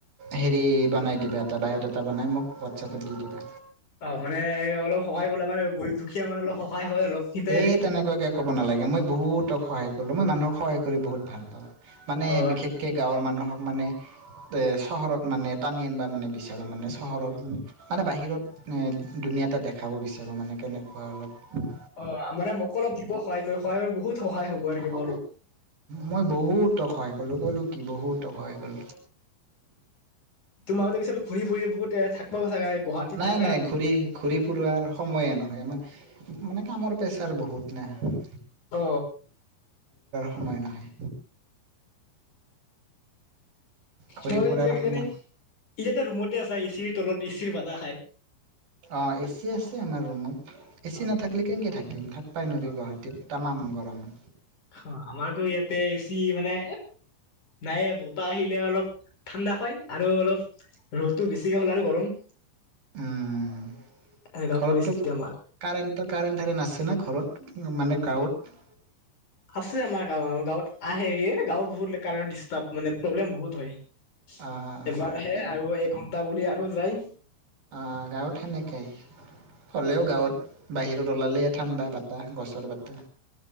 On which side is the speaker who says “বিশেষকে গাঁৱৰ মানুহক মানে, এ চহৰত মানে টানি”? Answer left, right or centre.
Right